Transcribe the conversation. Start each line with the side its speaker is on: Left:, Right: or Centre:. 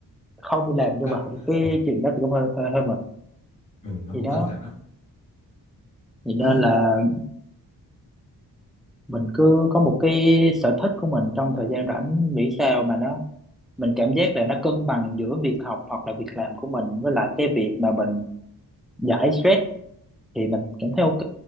Centre: không đi làm
Left: nó
Centre: nhưng
Left: căng
Centre: mà học cái
Left: ừ,
Centre: chuyện đó thì cũng hơi hơi hơi mà
Left: ừ, nó
Centre: thì
Left: cũng
Centre: đó
Left: căng thẳng lắm
Centre: thì nên
Left: Ê,
Centre: là mình cứ có một cái sở thích của mình trong thời gian rảnh miễn sao mà nó mình cảm giác là nó cân bằng giữa việc học hoặc là việc làm của mình với lại cái việc mà mình giải stress thì mình cảm thấy ok